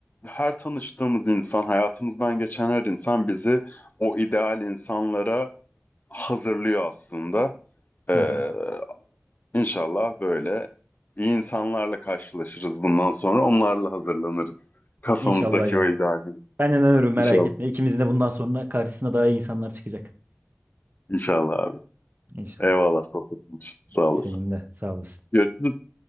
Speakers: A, on the left; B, on the right.
A: her tanıştığımız insan, hayatımızdan geçen her insan bizi o ideal insanlara hazırlıyor aslında. Ee,
B: Hı hı.
A: inşallah böyle iyi insanlarla karşılaşırız bundan sonra. Onlarla hazırlanırız. Kafamızdaki
B: İnşallah ya.
A: o ideali.
B: Ben inanıyorum merak
A: İnşallah.
B: etme. İkimizin de bundan sonra karşısına daha iyi insanlar çıkacak.
A: İnşallah abi.
B: İnşallah.
A: Eyvallah sohbetin için. Sağ
B: Senin
A: olasın.
B: de sağ olasın.
A: Görüşürüz.